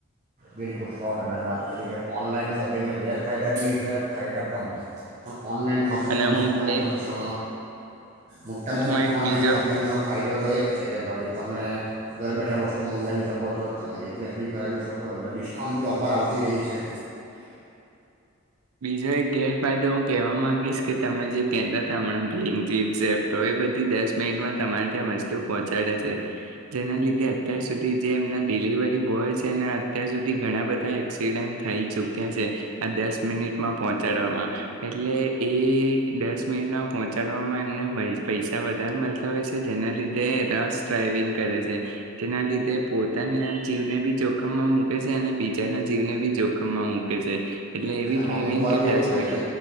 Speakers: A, on the right; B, on the right.
A: બિલકુલ સો ટકાની વાત કરી કરી ઓનલાઈન શોપિંગના ગેરફાયદા બી છે ફાયદા પણ છે પણ ઓનલાઈન શોપિંગનો
B: અને હું
A: મોટામાં
B: એક
A: મોટો મોટામાં
B: હું
A: મોટો
B: એક
A: ઓનલાઈન
B: બીજો
A: શોપિંગનો ફાયદો તો એ જ છે કે ભાઈ તમે ઘર બેઠા વસ્તુ મંગાવી શકો છો તમે રિપ્લેસ બી કરાવી શકો તો અંદર ડિસ્કાઉન્ટ બી ઓફર આવતી રહી છે.
B: બીજો એક ગેરફાયદો હું કહેવા માંગીશ કે તમે જે કેતા હતા હમણાં બ્લકિટ ઝેપ્ટો એ બધી દસ મિનિટમાં તમારે ત્યાં વસ્તુ પહોંચાડે છે જેના લીધે અત્યાર સુધી જે એમના ડિલિવરી બોય છે ને અત્યાર સુધી ઘણા બધા એક્સિડન્ટ થઈ ચુક્યા છે આ દસ મિનિટમાં પહોંચાડવામાં એટલે એ દસ મિનિટમાં પહોંચાડવામાં એમને પૈસા વધારે મળતા હોય છે જેના લીધે રફ ડ્રાઈવિંગ કરે છે જેના લીધે પોતાના જીવને બી જોખમમાં મૂકે છે અને બીજાના જીવને બી જોખમમાં મૂકે છે. એટલે એવી
A: અને
B: ડ્રાઈવિંગ
A: અમુક વાર કે કેવું
B: દસ
A: થાય
B: મિનિટ
A: છે